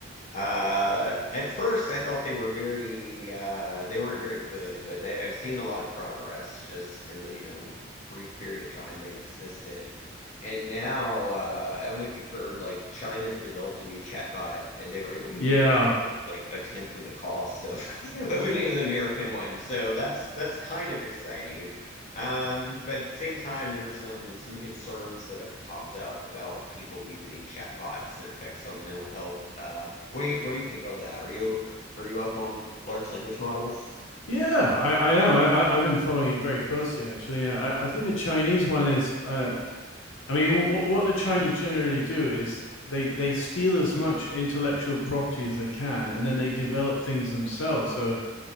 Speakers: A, on the left; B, on the left.
A: Uh, at first, I thought they were very uh, they weren't very good, but they, I've seen a lot of progress just in the, you know, brief period of time they've existed. And now, uh, I don't know if you've heard, like China's developed a new chatbot, and they were able to
B: Yeah.
A: do it with like a tenth of the cost of <laughs> of any of the American ones. So that's that's kind of exciting. Um, but at the same time, there's some some concerns that have popped up about people using chatbots and effects on mental health. Uh, what do you what do you think of that? Are you are are you up on large language models?
B: Yeah, I, I am. I, I, I've been following it very closely, actually. I, I think the Chinese one is uh, I mean, what what the Chinese generally do is they they steal as much intellectual property as they can, and then they develop things themselves. So